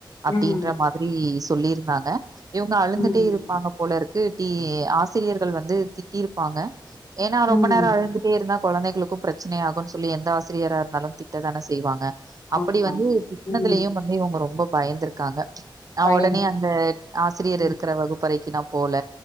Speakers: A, on the right; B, on the left.
A: அப்டின்ற
B: ம்
A: மாதிரி சொல்லிருந்தாங்க இவுங்க அழுந்துட்டே
B: ம்
A: இருப்பாங்க போல இரு க்கு டீ ஆசிரியர்கள் வந்து திட்டிருப்பாங்க ஏன்னா ரொம்ப
B: ம்
A: நேரோ அழுந்துட்டே இருந்தா கொழந்தைகளுக்கு பிரச்சனை ஆகுன்னு சொல்லி எந்த ஆசிரியராா இருந்தாலு திட்ட தான செய்வாங்க அப்டி
B: ஆமா
A: வந்து
B: ஆமா
A: திட்னதுலயு
B: ம்
A: வந்து இவுங்க ரொம்ப பயந்துருக்காங்க ஆ
B: பயந்துட்டே
A: ஒடனே அந்த ஆசிரியர்
B: ம்
A: இருக்குற வகுப்பறைக்கி நா போல